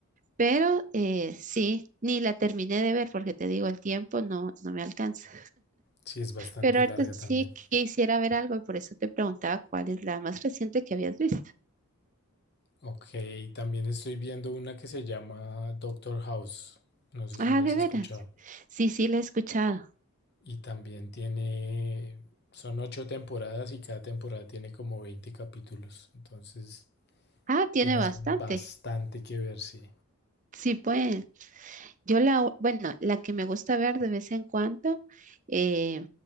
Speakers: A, on the right (about 35°); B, on the left (about 50°).
A: Pero eh, sí, ni la terminé de ver porque te digo, el tiempo no, no me alcanza.
B: Sí, es bastante
A: Pero ahorita
B: larga
A: sí
B: también.
A: quisiera ver algo y por eso te preguntaba cuál es la más reciente que habías visto.
B: Ok, también estoy viendo una que se llama Doctor House. No sé si
A: Ah,
B: la
A: de
B: has escuchado.
A: veras. Sí, sí, la he escuchado.
B: Y también tiene, son ocho temporadas y cada temporada tiene como 20 capítulos. Entonces,
A: Ah, tiene
B: tienes
A: bastante.
B: bastante que ver, sí.
A: Sí, pues yo la, u- bueno, la que me gusta ver de vez en cuando eh,